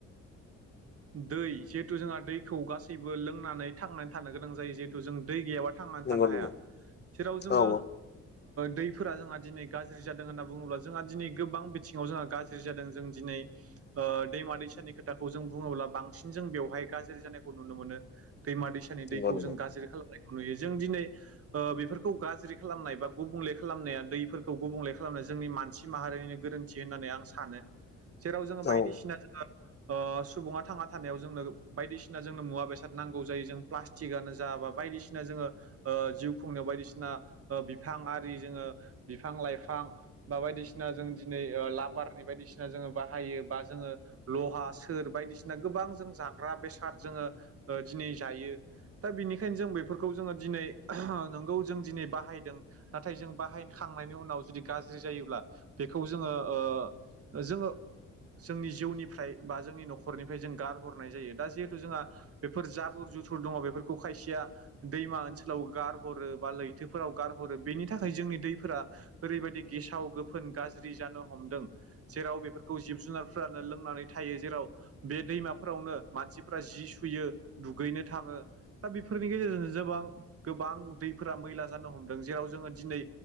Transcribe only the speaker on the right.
दै जिहेथु जोंहा दैखौ गासैबो लोंनानै थांनानै थानो गोनां जायो। जिहेतु जों दै गैयाबा थांनानै
थानो हाया।
जेराव जोङो
दैफोरा जोंहा दिनै गाज्रि जादों होनना बुङोब्ला जोंहा दिनै गोबां बिथिङाव जोंहा गाज्रि जादों। जों दिनै दैमा दैसानि खोथाखौ जों बुङोब्ला बांसिन जों बेवहाय गाज्रि जानायखौ नुनो मोनो। दैमा दैसानि
दैखौ
जों गाज्रि खालामनायखौ नुयो। जों दिनै बेफोरखौ खौ गाज्रि खालामनाय बा गुबुंले खालामनाया दैफोरखौ गुबुंले खालामनाय जोंनि मानसि माहारिनि गोरोन्थि मिथि होननानै आं सानो।
जेराव जोङो
बायदिसिना जोङो सुबुङा थांना थानायाव जोंनो। बायदिसिना जोंनो मुवा बेसाद नांगौ जायो। जों प्लास्टिकआनो जा बा बायदिसिना जोङो जिउ खुंनो बायदिसिना बिफां आरि जोङो बिफां लाइफां बा बायदिसिना जों दिनै लाबारनि बायदिसिना जोङो बाहायो। बा जोङो लहा सोर बायदिसिना गोबां जों जाग्रा बेसाद जोङो दिनै जायो। दा बिनिखायनो जों बेफोरखौ जोङो दिनै नंगौ जों दिनै बाहायदों। नाथाय जों बाहायखांनायनि उनाव जुदि गाज्रि जायोब्ला बेखौ जोङो ओ जोङो जोंनि जिउनिफ्राय बा जोंनि न'खरनिफ्राय जों गारहरनाय जायो दा जिहेथु जोंहा बेफोर जाबोर जुथुर दङ बेफोरखौ खायसेया दैमा ओनसोलाव गारहरो। बा लैथोफोराव गारहरो बेनि थाखाय जोंनि दैफोरा ओरैबायदि गेसाव गोफोन गाज्रि जानो हमदों। जेराव बेफोरखौ जिब जुनारफ्रानो लोंनानै थायो जेराव बे दैमाफोरावनो मानसिफोरा जि सुयो दुगैनो थाङो। दा बेफोरनि गेजेरजों जबां गोबां दैफोरा मैला जानो हमदों जेराव जोङो दिनै